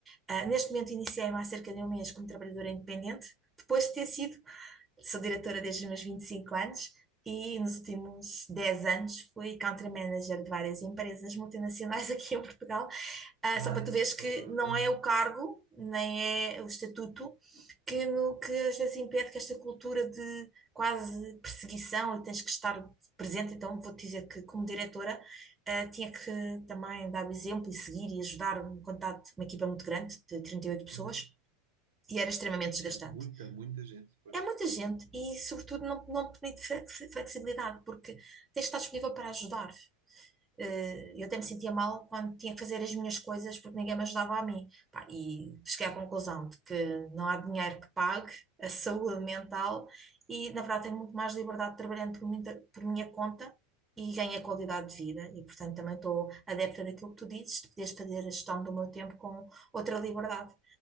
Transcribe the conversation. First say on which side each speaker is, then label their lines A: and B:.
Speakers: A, on the right (about 15°); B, on the right (about 80°).
A: Ah, neste momento iniciei-me há cerca de um mês como trabalhadora independente, depois de ter sido, sou diretora desde os meus 25 anos e nos últimos 10 anos fui country manager de várias empresas multinacionais <laughs> aqui em Portugal ah,
B: Bem,
A: só para tu veres
B: fogo.
A: que não é o cargo, nem é o estatuto, que, no, que às vezes impede que esta cultura de quase perseguição e tens que estar presente. Então, vou-te dizer que, como diretora, ah, tinha que também dar o exemplo e seguir e ajudar um contato, uma equipa muito grande, de 38 pessoas,
B: Uhum.
A: e era extremamente desgastante.
B: Isso é muita, muita gente depois.
A: É muita gente e, sobretudo, não, não te permite flex- flexibilidade, porque tens de estar disponível para ajudar. Eh, Eu até me sentia mal quando tinha que fazer as minhas coisas porque ninguém me ajudava a mim. Pá, e cheguei à conclusão de que não há dinheiro que pague a saúde mental e, na verdade, tenho muito mais liberdade trabalhando por, muita- por minha conta e ganho a qualidade de vida. E, portanto, também estou adepta daquilo que tu dizes, de poderes fazer a gestão do meu tempo com outra liberdade.